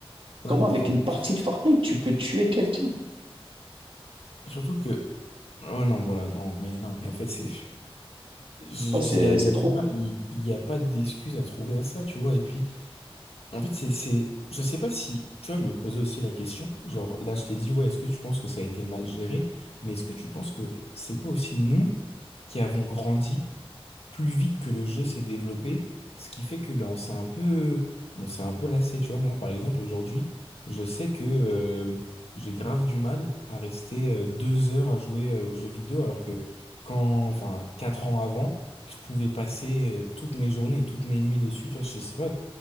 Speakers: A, on the left; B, on the right.
A: Ouais,
B: Comment,
A: non,
B: avec
A: franchement.
B: une partie de Fortnite, tu peux tuer quelqu'un?
A: Surtout que, ouais, non, voilà, non, mais non, mais en fait, c'est, il
B: Ouais, c'est,
A: y a, y
B: c'est
A: a
B: trop.
A: pas, il il y a pas d'excuse à trouver à ça, tu vois. Et puis, En fait, c'est, c'est, je sais pas si, tu vois, je me posais aussi la question, genre, là, je t'ai dit, ouais, est-ce que tu penses que ça a été mal géré? Mais est-ce que tu penses que c'est pas aussi nous qui avons grandi? plus vite que le jeu s'est développé, ce qui fait que ben, on s'est un peu, on s'est un peu lassé. Tu vois, moi, par exemple, aujourd'hui, je sais que euh, j'ai grave du mal à rester euh, deux heures à jouer euh, aux jeux vidéo, alors que quand, enfin, quatre ans avant, je pouvais passer euh, toutes mes journées, toutes mes nuits dessus. Toi, je sais pas,